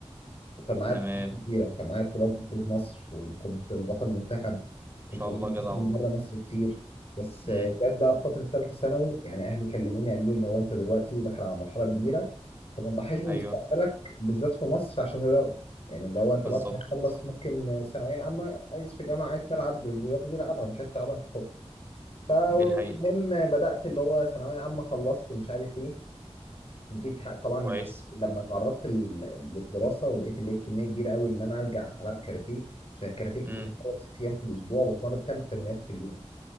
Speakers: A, on the left; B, on the right.
A: وكان معايا
B: تمام
A: بطولات
B: ان
A: كتيرة كان معايا بطولات بطولة مصر وكنت بطل منتخب كنت
B: شاء
A: بجيب
B: الله جدع
A: ناس من
B: والله
A: بره مصر كتير بس
B: امم
A: آه، جت بقى في فترة تالتة ثانوي يعني أهلي كلموني قالوا لي اللي هو أنت دلوقتي داخل على مرحلة كبيرة أنت ما تضحيش بمستقبلك
B: ايوه
A: بالذات في مصر عشان الرياضة يعني اللي هو أنت
B: بالظبط
A: بعد ما تخلص
B: صح
A: ممكن آه، ثانوية عامة عايز في جامعة عايز تلعب الرياضة دي العبها مش عايز تلعبها أنت حر فالمهم
B: دي حقيقة
A: بدأت اللي هو ثانوية عامة خلصت مش عارف إيه جيت ح- طبعا
B: كويس
A: لما اتعرضت لل- للدراسه ولقيت اللي هي كميه كبيره قوي ان انا ارجع العب كاراتيه عشان الكاراتيه كنت
B: امم
A: بتمرن ست ايام في الاسبوع وبتمرن ثلاث تمرينات في اليوم